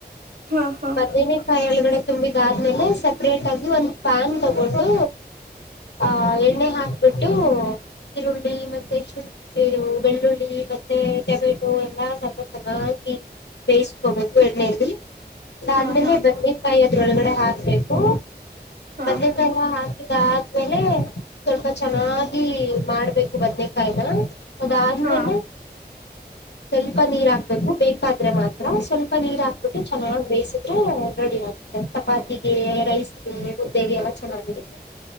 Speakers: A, on the right (about 60°); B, on the left (about 85°).
A: ಹಾ ಹಾ ಹಾ
B: ಬದನೆಕಾಯಿ ಒಳಗಡೆ ತುಂಬಿದಾದ್ಮೇಲೆ ಸಪ್ರೇಟ್ ಆಗಿ ಒಂದ ಪ್ಯಾನ್ ತಗೊಟ್ಟು ಆ ಎಣ್ಣೆ ಹಾಕ್ಬಿಟ್ಟು ಈರುಳ್ಳಿ ಮತ್ತೆ ಶುಂ ಇದು ಬೆಳ್ಳುಳ್ಳಿ ಮತ್ತೆ ಟೊಮೆಟೊ ಎಲ್ಲಾ ಸ್ವಲ್ಪ ಚೆನ್ನಾಗಿ ಬೇಯಿಸಕೋಬೇಕು ಎಣ್ಣೆಯಲ್ಲಿ ಅದಾದ್ಮೇಲೆ
A: ಹಾ ಹಾ
B: ಬಂದ ಕಾಯಿ ಹೊಲಗಡೆ ಹಾಕ್ಬೇಕು
A: ಹಾ
B: ಮದತ ಎಲ್ಲ ಹಾಕ ಅಾದ್ಮೇಲೆ ಸ್ವಲ್ಪ ಚೆನ್ನಾಗಿ ಮಾಡ್ಬೇಕು ಬದ್ನೆಕಾಯಿನ ಅದ ಆದ್ಮೇಲೆ
A: ಹಾ
B: ಸ್ವಲ್ಪ ನೀರ್ ಹಾಕ್ಬೇಕು ಬೇಕಾದ್ರೆ ಮಾತ್ರ ಸ್ವಲ್ಪ ನೀರ್ ಹಾಕ್ಬಿಟ್ಟು ಚೆನ್ನಾಗ್ ಬೇಯಿಸಿದ್ರೆ ರೆಡಿ ಆಗುತ್ತೆ ಚಪಾತಿಗೆ ರೈಸ್ ಸೇ ಮ್ದೆಗೆ ಎಲ್ಲ ಚೆನ್ನಾಗಿರುತ್ತೆ